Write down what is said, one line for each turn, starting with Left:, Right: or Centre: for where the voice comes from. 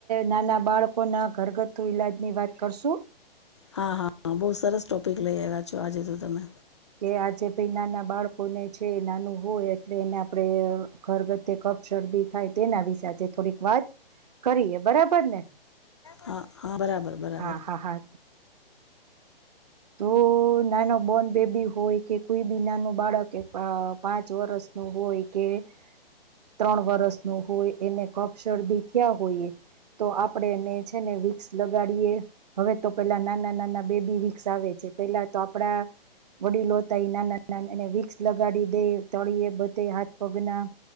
Right: નાના બાળકો કો ના ઘરગથ્થુ ઈલાજની વાત કરશું.
Left: હા, હા બઉ સરસ ટોપિક લઈ આઈવા છો, આજે તો તમે.
Right: કે આજે ભઈ નાના બાળકોને છે નાનું હોય એટલે એને આપડે ઘરગ્થ્થું શરદી થાય, તેના વિશે આજે થોડીક વાત કરીએ બરાબરને?
Left: હા હા બરાબર બરાબર
Right: હા, હા, હા. તો તો નાના બોર્ન બેબી હોય કે કોઈ બી નાનું બાળક પા-પાંચ વર્ષનું હોય કે <unintelligible> ત્રણ વર્ષનું હોય એને કફ શરદી થયા હોય તો આપડે એને છે ને, વિકસ લગાડીએ હવે તો પેલા નાના-નાના બેબી વિક કસાવે છે. પેલા તો આપડા વડીલોતય નાના નાના એને વિકસ લગાડી દે, તળીએ બધે હાથ-પગના